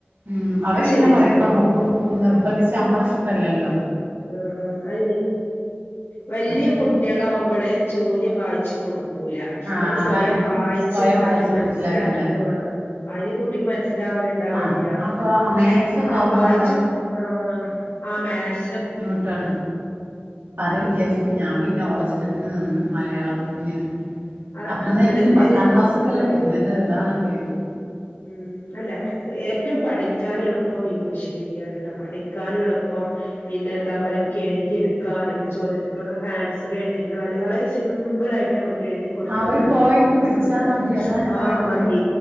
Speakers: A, on the right; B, on the left.
A: ഉം അവരിങ്ങനെ
B: അത് ശെരിയാട്ടോ
A: പറയുമ്പോ നമ്മക്ക് നിർ സംബന്ധിച്ച് നമ്മളാ ഇഷ്ടലാല്ലോ
B: ആ ആ വല്യായ
A: അപ്പൊ
B: കുട്ടികളാമ്പള്
A: ഈ
B: ചോദ്യം വായിച്ച് കൊടുക്കൂല
A: ആ
B: അവര്
A: അതാണ്
B: സ്വയം വായി ച്ചിണ്ടാക്കി
A: സ്വയം വായിച്ച്
B: മനസ്സിലാക്കിയിട്ട്
A: മനസ്സിലാക്കണ്ടേ
B: വേണം അയിന് കുട്ടിക്ക് മനസി മനസ്സിലാവ്ണ്ണ്ടാവില്ല
A: ആ അപ്പൊ
B: പക്ഷേ
A: മാത്സ് ഒക്കെ
B: അത് അത്
A: ആവുമ്പോളാണ്
B: വായിച്ച് ആ ആ മാക്സ്
A: ട്ടാണ് അത് വിചാരിച്ചിട്ട് ഞാൻ പിന്നെ ഓളെ ഇഷ്ടത്തിന് നിന്ന് മലയാളം ത്ത്ന്
B: അതാ
A: അപ്പന്നാ
B: അല്ല
A: ഇഞ്ഞ്
B: ഇതുവരെ
A: പത്താം ക്ലാസ് ഒക്കെല്ലേ
B: ആ
A: വര്നത് അതാണ് പേടി
B: ഉം അല്ല ഏറ്റവും പഠിക്കാന എളുപ്പം ഇംഗ്ലീഷ് മീഡിയം കേട്ടോ പഠിക്കാൻ എളുപ്പം പിന്നെ എന്താ പറയാ നമുക്ക് എഴുതിയ എടു ക്കാനും ചോദി റ്റങ്ങൾക്കൊക്കെ ആൻസർ എഴുതിരിക്കാന് വളരെ സിമ്പിളായിട്ട് അമ ക്ക് എഴ്‌തി കൊട്ത്താ
A: ആ ഒരു
B: മതി
A: പോയിന്റ്
B: ആൻസേഴ്സൊക്കെ,
A: പഠിച്ചാ മതി അതാ ഞാൻ
B: ആ
A: പറയുന്നേ
B: മതി.